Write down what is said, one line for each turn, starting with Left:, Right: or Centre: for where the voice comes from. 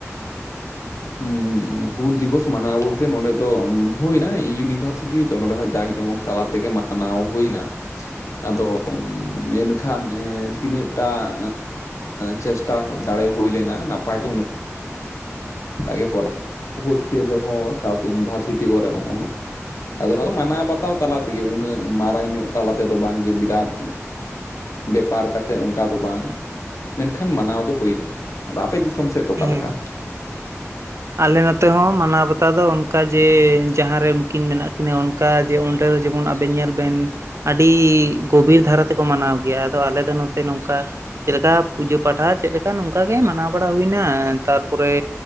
Left: ᱦᱩᱸ ᱦᱩᱞ ᱫᱤᱵᱚᱥ ᱢᱟᱱᱟᱣ ᱵᱚᱞᱛᱮ ᱱᱚᱸᱰᱮ ᱫᱚ ᱦᱩᱭᱱᱟ ᱤᱭᱩᱱᱤᱵᱷᱟᱨᱥᱤᱴᱤ ᱨᱮᱛᱚ ᱱᱚᱸᱰᱮ ᱦᱚᱸ ᱡᱟᱠ ᱡᱚᱢᱚᱠ ᱛᱟᱞᱟ ᱛᱮᱜᱮ ᱢᱟᱱᱟᱣ ᱢᱟᱱᱟᱣ ᱦᱩᱭ ᱮᱱᱟ ᱟᱫᱚ ᱢᱮᱱᱠᱷᱟᱱ ᱛᱤᱱᱟᱹᱜ ᱴᱟᱜ ᱪᱮᱥᱴᱟ ᱫᱟᱲᱮ ᱦᱩᱭ ᱞᱮᱱᱟ ᱱᱟᱯᱟᱭ ᱛᱮ ᱩᱱᱟᱹᱜ ᱚᱱᱠᱟ ᱜᱮ ᱠᱚᱨᱟᱣ, ᱦᱳᱥᱴᱮᱞ ᱨᱮᱦᱚᱸ ᱥᱟᱶᱛᱮ ᱤᱭᱩᱱᱤᱵᱷᱟᱨᱥᱤᱴᱤ ᱠᱚᱨᱮ ᱦᱚᱸ ᱟᱫᱚ ᱚᱱᱟ ᱫᱚ ᱢᱟᱱᱟᱣ ᱵᱟᱛᱟᱣ ᱛᱟᱞᱟ ᱛᱮᱜᱮ ᱩᱱᱟᱹᱜ ᱢᱟᱨᱟᱝ ᱧᱚᱜ ᱛᱟᱞᱟ ᱛᱮᱫᱚ ᱵᱟᱝ ᱡᱮ ᱵᱤᱨᱟᱴ ᱵᱮᱯᱟᱨ ᱠᱟᱛᱮᱫ ᱚᱱᱠᱟ ᱫᱚ ᱵᱟᱝ ᱢᱮᱱᱠᱷᱟᱱ ᱢᱟᱱᱟᱣ ᱫᱚ ᱦᱩᱭ ᱟᱠᱟᱱᱟ ᱟᱫᱚ ᱟᱯᱮ ᱫᱤᱥᱚᱢ ᱥᱮᱫ ᱫᱚ ᱚᱠᱟ
Right: ᱦᱮᱸ
Left: ᱞᱮᱠᱟ
Right: ᱟᱞᱮ ᱱᱚᱛᱮ ᱦᱚᱸ ᱢᱟᱱᱟᱣ ᱵᱟᱛᱟᱣ ᱫᱚ ᱚᱱᱠᱟ ᱡᱮ ᱡᱟᱦᱟᱸ ᱨᱮ ᱩᱱᱠᱤᱱ ᱢᱮᱱᱟᱜ ᱠᱤᱱᱟ ᱚᱱᱠᱟ ᱡᱮ ᱚᱸᱰᱮ ᱫᱚ ᱡᱮᱢᱚᱱ ᱟᱵᱮᱱ ᱧᱮᱞ ᱵᱮᱱ ᱟᱹᱰᱤ ᱜᱚᱵᱤᱨ ᱫᱷᱟᱨᱟ ᱛᱮᱠᱚ ᱢᱟᱱᱟᱣ ᱜᱮᱭᱟ ᱟᱫᱚ ᱟᱞᱮ ᱫᱚ ᱱᱚᱛᱮ ᱱᱚᱝᱠᱟ ᱪᱮᱫ ᱞᱮᱠᱟ ᱯᱩᱡᱟᱹ ᱯᱟᱴᱷᱟ ᱪᱮᱫ ᱞᱮᱠᱟ ᱱᱚᱝᱠᱟ ᱜᱮ ᱢᱟᱱᱟᱣ ᱵᱟᱲᱟ ᱦᱩᱭ ᱮᱱᱟ ᱛᱟᱨᱯᱚᱨᱮ